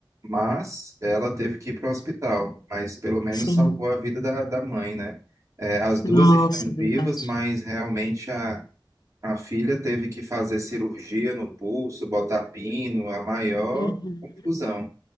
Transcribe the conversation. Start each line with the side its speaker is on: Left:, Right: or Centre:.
Right: mas ela teve que ir para o hospital, mas pelo menos
Left: Sim.
Right: salvou a vida da, da mãe, né? É, as duas
Left: Nossa,
Right: estão
Left: é
Right: vivas,
Left: verdade.
Right: mas realmente a, a filha teve que fazer cirurgia no pulso, botar pino, a maior
Left: Uhum.
Right: confusão.